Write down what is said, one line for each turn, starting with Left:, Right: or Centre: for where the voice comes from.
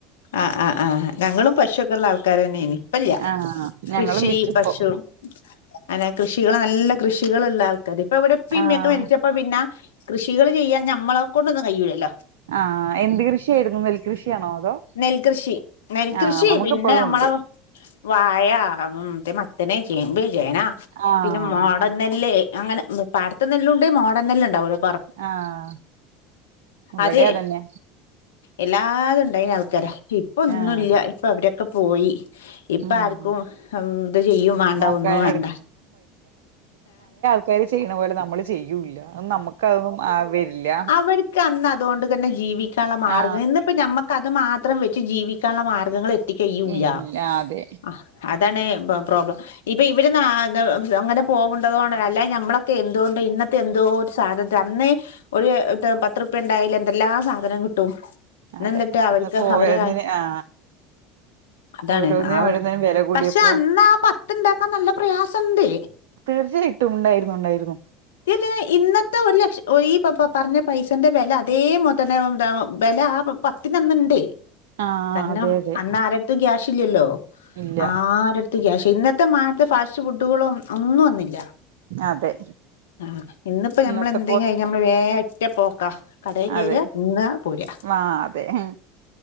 Left: ആഹ് ആഹ് ആ ഞങ്ങളും പശു ഒക്കെ ഉള്ള ആൾക്കാരെന്നെണ്പ്പല്ല്യ
Right: ആഹ് ഞങ്ങളും
Left: കൃഷി
Right: വിറ്റുപ്പോ
Left: പശു അങ്ങനെ കൃഷികള്നല്ലകൃഷികള്ള്ള ആൾക്കാര് അവിടെപ്പമ്മയൊക്കെ
Right: ആഹ്
Left: മരിച്ചപ്പോ പിന്ന കൃഷികള്ചെയ്യാൻ നമ്മളെ കൊണ്ടൊന്നും കഴിയുല്ലല്ലോ
Right: ആഹ എന്ത് കൃഷിയെര്ന്നു നെൽകൃഷിആണോ അതോ
Left: നെൽകൃഷിനെൽകൃഷിപിന്നെനമ്മളെ
Right: ആഹ് നമുക്കിപ്പോഴും ഉണ്ട്
Left: വായമറ്റേമത്തന് ചേമ്പ് ചേന
Right: ആഹ്
Left: പിന്നെ മോഡൻ നെല്ല് അങ്ങനെ പാടത്തെ നെല്ലുണ്ട് മോഡൺനെല്ല് ഉണ്ടാവലോ
Right: ആഹ് ഇവിടെ
Left: അതെ
Right: അതന്നെ
Left: എല്ലാതും ണ്ടായ്നആൾക്കര ഇപ്പൊന്നുംല്ല്യ
Right: ആഹ്
Left: ഇപ്പഅവരൊക്കെപോയി ഇപ്പ
Right: ഉം
Left: ആർക്കുംമംത്ചിയ്യുംവാണ്ടഒന്നും
Right: നോക്കാനും
Left: വാണ്ട
Right: ആക്കാര് ചെയ്യുന്നപോലെനമ്മള് ചെയ്യൂല്ല അനമ്മക്കത്ആവെര്ല്ല്യ
Left: അവെട്ക്കന്നത് അതൊണ്ട് തന്നെ ജീവിക്കാള്ള മാർഗ്ഗം
Right: ആ
Left: ഇന്ന്പ്പനമ്മക്ക്അത് മാത്രംവെച്ച് ജീവിക്കാള്ള മാർഗ്ഗങ്ങള് ത്തി കെയ്യുല്യഅഅതാണ്പ
Right: ഇല്ല അതെ
Left: പ്രോബ്ലം ഇപ്പൊ ഇവരൊന്നാ <unintelligible> അങ്ങനെ പോവണ്ടതോണ്ടാണ് അല്ലായെ ഞ്ഞമ്മളൊക്കെഎന്തോണ്ട് ഇന്ന എന്തോഒര്സാധന അന്ന് ഒരു പത്ത്റുപ്യ ഉണ്ടായാല്എന്തെല്ലാ സാധനംകിട്ടും
Right: അതെ
Left: ന്ന്ന്നിട്ട്അവർക്ക്അവരെ
Right: ഇന്നിപ്പോ ഓരോന്നിന്
Left: <unintelligible>
Right: ആ
Left: അതാണ്ആഒര്പഷേഅന്നാ
Right: ഓരോന്നിനും ഓരോന്നിനും വില കൂടിയപ്പോ
Left: പത്ത്ണ്ടാക്കാൻ നല്ലപ്രയാസണ്ട്
Right: തീർച്ചയ്ട്ടുംണ്ടായിരുന്നുഉണ്ടായിരുന്നു
Left: തീർച്ചയായ്ഇന്നത്തെ ഒരു ലക്ഷം ഈപ പ പറഞ്ഞപൈസന്റെവെല അതേമൊതന്നെന്താവെലആ പത്തിനന്ന്‌ണ്ടേയ്
Right: ആ
Left: കര്ണംഅന്ന്
Right: അതെ അതെ
Left: ആരട്ത്തുംഗ്യാഷ് ഇല്ല്യല്ലോആരട്
Right: ഇല്ല
Left: ത്ത്ഗ്യാഷ് ഇന്നത്തെ മാത്തെ ഫാശ്ഫുഡുകളുംഒന്നും അന്നില്ല
Right: അതെ
Left: ആഹ് ഇന്ന്പ്പനമ്മള്ന്തെങ്കും
Right: ഇന്നത്തെ
Left: കഴിഞ്ഞാ നമ്മഴ് വേ ഒറ്റ പോക്കാ കടയിൽ കേറാ
Right: അതെവാ
Left: തിന്നാ പോരാ
Right: അതെഹ്